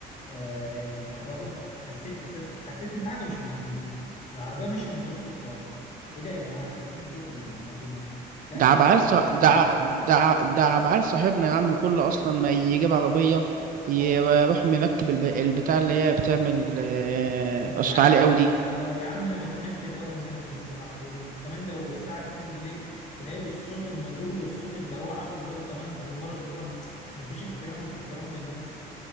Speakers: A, on the left; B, on the right.
A: آه الكهرباء حسيت احساس حسيت ان في حاجه مش مظبوطه العربيه ماشيه من غير صوت خالص ايه ده يا جماعه في فين صوت الموتور لا
B: ده
A: كان
B: عبعال
A: تجربة
B: ص... ده
A: غريب فعلا
B: ع- ده ع- ده عبعال صاحبنا يا عم كله اصلا ما يجيب عربيه يروح
A: اه
B: مركب الب... البتاع اللي هي بتعمل آه،
A: وازعاج
B: صوت عالي قوي دي
A: اه يا عم انا بتنرفز قوي من الناس دي الصراحه وكمان لو الساعه 2 بالليل تلاقيه بالصوت الموتور والصوت اللي هو عامله ده وكمان زمره زمره مفيش احترام احترام للناس